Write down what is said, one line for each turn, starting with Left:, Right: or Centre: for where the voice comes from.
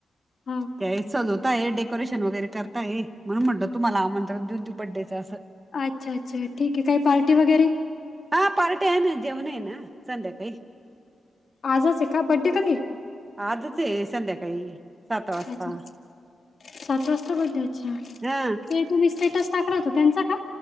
Left: हा
Right: ते सजवताय डेकोरेशन वगैरे करताय म्हणून म्हणतात तुम्हाला आमंत्रण देऊन दे बड्डेचं असं.
Left: अच्छा, अच्छा ठीक आहे काही पार्टी वगैरे.
Right: हा पार्टी आहे ना जेवण आहे ना संध्याकाळी.
Left: आजच आहे का बड्डे कधी ये.
Right: आजच आहे संध्याकाळी सात वाजता.
Left: अच्छा सात वाजता बड्डे अच्छा ते
Right: हा
Left: तुम्ही स्टेटस टाकवता त्यांचा का